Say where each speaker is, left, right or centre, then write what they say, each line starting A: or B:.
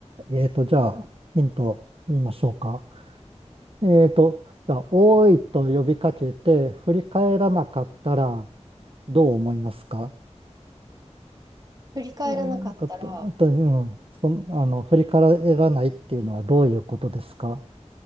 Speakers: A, on the right (about 50°); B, on the right (about 35°).
A: えーと、じゃあ、
B: はい
A: ヒント言いましょうか。えーと、じゃあ、おーいと呼びかけて、振り返らなかったら、どう思いますか
B: 振り返らなかったら、
A: うんなんかあと、うん、そん、あの、振り返らないっていうのはどういうことですか